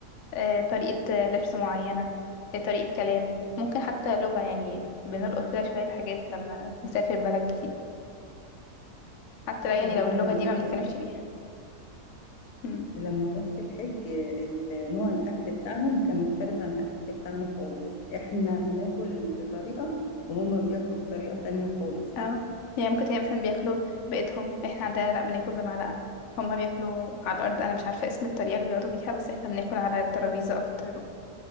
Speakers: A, on the left; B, on the left.
A: آه، طريقة آه، لبس معينة آه، طريقة كلام ممكن حتى لغة يعني بنلقط كده شوية حاجات لما نسافر بلد جديد حتى
B: بصي
A: لو يعني
B: هو
A: لو
B: أنا
A: اللغة
B: لما
A: دي
B: رحت
A: ما بنتكلمش
B: الحج
A: بيها مم.
B: لما رحت الحج آه، ال- نوع الأكل بتاعهم كان مختلف عن الأكل بتاعنا خالص إحنا بناكل بطريقة وهما بياكلوا بطريقة تانية خالص
A: اه يعني ممكن تلاقي مثلا بياكلوا بإيدهم احنا عندنا لأ بناكل بمعلقة هما بياكلوا على الأرض أنا مش عارفة اسم الطريقة اللي بيقعدوا بيها بس احنا بناكل على الترابيزة أكتر